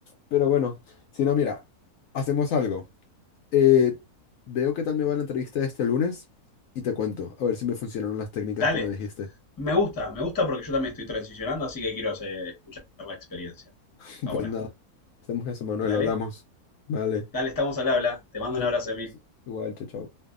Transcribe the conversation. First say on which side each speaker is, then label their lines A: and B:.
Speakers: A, on the left (about 70°); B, on the left (about 15°).
A: Pero bueno, si no, mira, hacemos algo. Eh, veo qué tal me va la entrevista este lunes y te cuento, a ver si me funcionaron las técnicas
B: Dale.
A: que me dijiste.
B: Me gusta, me gusta porque yo también estoy transicionando, así que quiero hacer- escuchar la experiencia.
A: <laughs>
B: Está
A: Pues
B: buena.
A: nada, hacemos eso, Manuel,
B: Dale,
A: hablamos. Vale.
B: dale, estamos al habla. Te mando
A: Adiós.
B: un abrazo, Emil.
A: Igual, chao, chao.